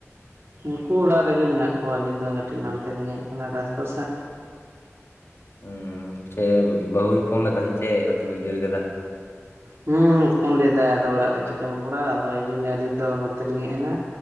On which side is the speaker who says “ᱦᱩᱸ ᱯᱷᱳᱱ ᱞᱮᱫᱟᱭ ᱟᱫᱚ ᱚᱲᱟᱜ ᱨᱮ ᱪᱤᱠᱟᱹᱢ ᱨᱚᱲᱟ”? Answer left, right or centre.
Right